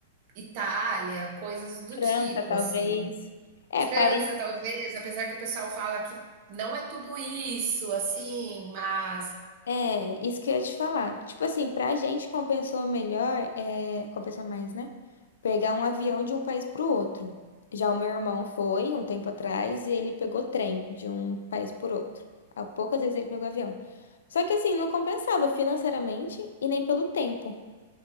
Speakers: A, on the right (about 45°); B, on the left (about 85°).
A: Itália, coisas do
B: França,
A: tipo,
B: talvez.
A: assim.
B: É,
A: França,
B: Paris.
A: talvez, apesar que o pessoal fala que não é tudo isso, assim, mas
B: É, isso que eu ia te falar. Tipo assim, pra gente compensou melhor, é, compensou mais, né? Pegar um avião de um país pro outro. Já o meu irmão foi um tempo atrás e ele pegou trem de um país por outro. Há poucas vezes ele pegou avião. Só que assim, não compensava financeiramente e nem pelo tempo,